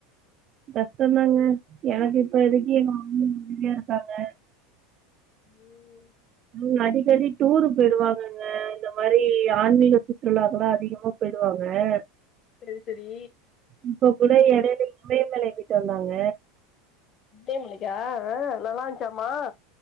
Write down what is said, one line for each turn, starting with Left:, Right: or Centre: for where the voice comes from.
Right: கஷ்டதாங்க எனக்கு இப்போதைக்கு எங்க அம்மா மாரி இருக்காங்க
Left: ம்
Right: ம் அடிக்கடி டூரு போயிடுவாங்கங்க இந்த மாரி ஆன்மீக சுற்றுலாக்கலா அதிகமா போயிடுவாங்க <inaudible>
Left: சேரி சேரி
Right: இப்ப கூட எடையில இமயமலை போயிட்டு வந்தாங்க
Left: இடேநெல்லிக்கா ஆ நல்லா இருந்துச்சாமா